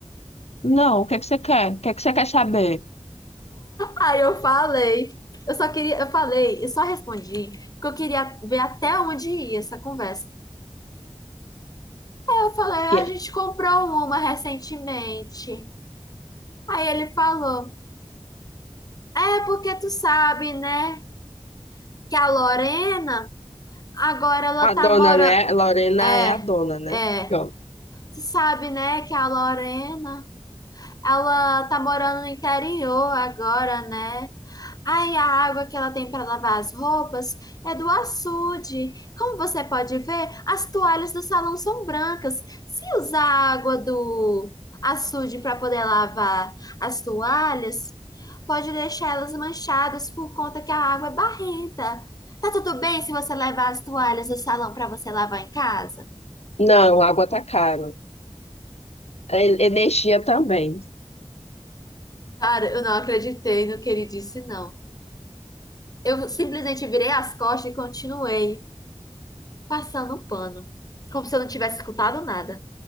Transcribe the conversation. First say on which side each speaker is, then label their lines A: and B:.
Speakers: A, on the left; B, on the left.
A: Não, o que é que você quer? O que é que você quer saber?
B: Aí eu falei. Eu só queria, eu falei, eu só respondi, porque eu queria ver até onde ia essa conversa. Aí eu falei, "Ah,
A: E
B: a gente comprou uma recentemente. Aí ele falou, é porque tu sabe, né, que a Lorena agora ela
A: a
B: tá
A: dona,
B: morando.
A: né? Lorena
B: É,
A: é a dona, né?
B: é.
A: Pronto.
B: Tu sabe, né, que a Lorena ela tá morando no interior agora, né? Ai, a água que ela tem para lavar as roupas é do açude. Como você pode ver, as toalhas do salão são brancas. Se usar a água do açude para poder lavar as toalhas, pode deixar elas manchadas por conta que a água é barrenta. Tá tudo bem se você levar as toalhas do salão para você lavar em casa?
A: Não, água tá caro. E- Energia também.
B: Cara, eu não acreditei no que ele disse, não. Eu simplesmente virei as costas e continuei passando o pano, como se eu não tivesse escutado nada.